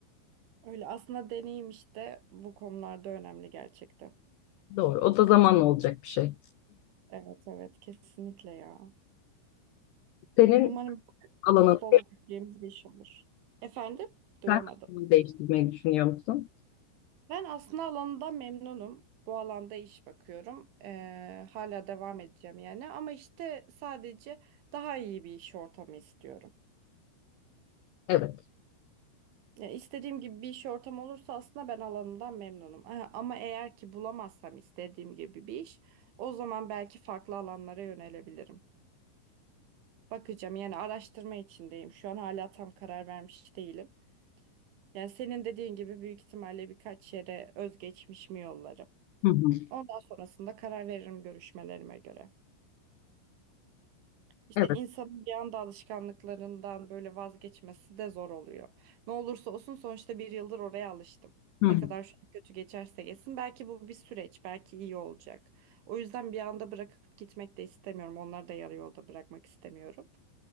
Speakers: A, on the right; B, on the left.
A: öyle aslında deneyim işte bu konularda önemli gerçekten
B: Doğru. O da zamanla olacak bir şey.
A: evet evet kesinlikle ya
B: Senin
A: umarım
B: alanın
A: mutlu olabileceğimiz bir iş olur efendim duyamadım
B: Versiyonu değiştirmeyi düşünüyor musun?
A: Ben aslında alanından memnunum. Bu alanda iş bakıyorum. Ee, hala devam edeceğim yani. Ama işte sadece daha iyi bir iş ortamı istiyorum.
B: Evet.
A: Yani istediğim gibi bir iş ortamı olursa aslında ben alanından memnunum. Aha, Ama eğer ki bulamazsam istediğim gibi bir iş, o zaman belki farklı alanlara yönelebilirim. Bakacağım yani araştırma içindeyim. Şu an hala tam karar vermiş değilim. Yani senin dediğin gibi büyük ihtimalle birkaç yere özgeçmişimi yollarım.
B: Hı hı.
A: Ondan sonrasında karar veririm görüşmelerime göre. İşte
B: Evet.
A: insanın bir anda alışkanlıklarından böyle vazgeçmesi de zor oluyor. Ne olursa olsun sonuçta bir yıldır oraya alıştım. Ne
B: Hı hı.
A: kadar şu an kötü geçerse geçsin belki bu bir süreç, belki iyi olacak. O yüzden bir anda bırakıp gitmek de istemiyorum. Onları da yarı yolda bırakmak istemiyorum.